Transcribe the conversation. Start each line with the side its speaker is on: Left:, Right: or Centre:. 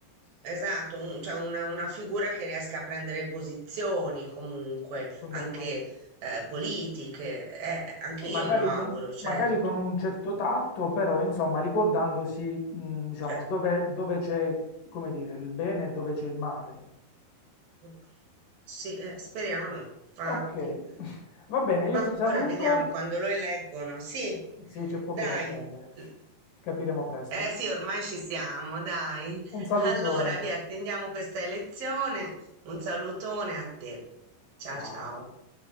Right: esatto, un cioè una una figura che riesca a prendere posizioni comunque,
Left: Sono
Right: anche,
Left: d'accordo.
Right: ehm, politiche. Eh, anche
Left: Sì,
Right: io
Left: magari
Right: me lo auguro,
Left: con,
Right: certo,
Left: magari con un certo tatto, però insomma ricordandosi, mh, diciamo,
Right: certo.
Left: dove, dove c'è, come dire, il bene e dove c'è il male.
Right: Mh. Sì, eh, speriamo, infatti.
Left: Ok, <laughs> va bene, io
Right: Bah,
Left: ti saluto.
Right: ora vediamo quando lo eleggono. Sì,
Left: Sì, c'è poco
Right: dai.
Left: da attendere.
Right: L
Left: Capiremo presto.
Right: Eh sì, ormai ci siamo, dai.
Left: Un salutone.
Right: Allora, vi attendiamo questa lezione. Un salutone a te. Ciao
Left: Ciao.
Right: ciao.